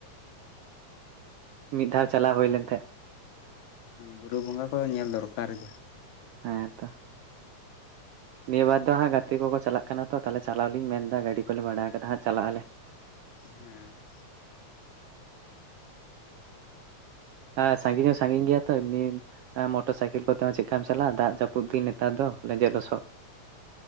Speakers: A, on the right; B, on the left.
A: ᱢᱤᱫ ᱫᱷᱟᱣ ᱪᱟᱞᱟᱣ ᱦᱩᱭ ᱞᱮᱱ ᱛᱟᱦᱮᱸᱜ
B: ᱵᱩᱨᱩ ᱵᱚᱸᱜᱟ ᱠᱚᱫᱚ ᱧᱮᱞ ᱫᱚᱨᱠᱟᱨ ᱜᱮ
A: ᱦᱮᱸ ᱛᱚ ᱱᱤᱭᱟᱹ ᱵᱟᱨ ᱫᱚ ᱦᱟᱸᱜ ᱜᱟᱛᱮ ᱠᱚᱠᱚ ᱪᱟᱞᱟᱜ ᱠᱟᱱᱟ ᱛᱚ ᱛᱟᱞᱦᱮ ᱪᱟᱞᱟᱣ ᱞᱤᱧ ᱢᱮᱱ ᱫᱟ ᱜᱟᱹᱰᱤ ᱠᱚᱞᱮ ᱵᱷᱟᱲᱟ ᱠᱟᱫᱟ ᱦᱟᱸᱜ ᱪᱟᱞᱟᱜ ᱟᱞᱮ
B: ᱦᱮᱸ
A: ᱮ ᱥᱟᱸᱜᱤᱧ ᱦᱚᱸ ᱥᱟᱸᱜᱤᱧ ᱜᱮᱭᱟ ᱛᱚ ᱱᱤᱢᱼᱼ ᱢᱚᱴᱚᱨ ᱥᱟᱭᱠᱮᱞ ᱠᱚᱛᱮ ᱦᱚᱸ ᱪᱮᱫᱠᱟᱢ ᱪᱟᱞᱟᱜᱼᱟ ᱫᱟᱜ ᱡᱟᱹᱯᱩᱫ ᱫᱤᱱ ᱱᱮᱛᱟᱨ ᱫᱚ ᱞᱮᱸᱡᱮᱫ ᱞᱚᱥᱚᱫ